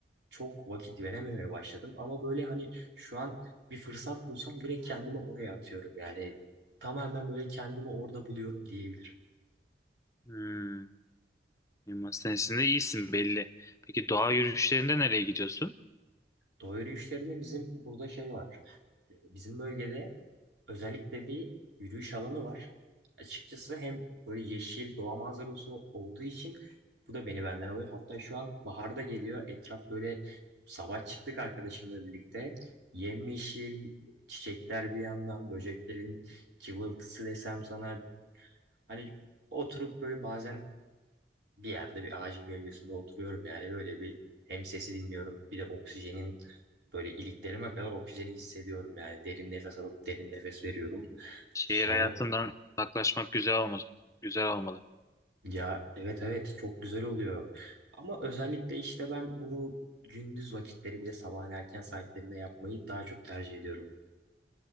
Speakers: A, on the right; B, on the left.
A: çok vakit verememeye başladım. Ama böyle hani şu an bir fırsat bulsam direkt kendimi oraya atıyorum. Yani tamamen böyle kendimi orada buluyorum diyebilirim.
B: Hmm. Masa tenisinde iyisin belli. Peki doğa yürüyüşlerinde nereye gidiyorsun?
A: Doğa yürüyüşlerinde bizim burada şey var. E, Bizim bölgede özellikle bir yürüyüş alanı var. Açıkçası hem böyle yeşil doğa manzarası olduğu için bu da beni benden alıyor. Hatta şu an bahar da geliyor. Etraf böyle sabah çıktık arkadaşımla birlikte. Yemyeşil çiçekler bir yandan böceklerin cıvıltısı desem sana hani oturup böyle bazen bir yerde bir ağacın gölgesinde oturuyorum yani böyle bir hem sesi dinliyorum bir de oksijenin böyle iliklerime kadar oksijeni hissediyorum yani derin nefes alıp derin nefes veriyorum.
B: Şehir
A: Sonra
B: hayatından uzaklaşmak güzel olmaz. Güzel olmalı.
A: ya evet evet çok güzel oluyor ama özellikle işte ben bunu gündüz vakitleri bir de sabahın erken saatlerinde yapmayı daha çok tercih ediyorum.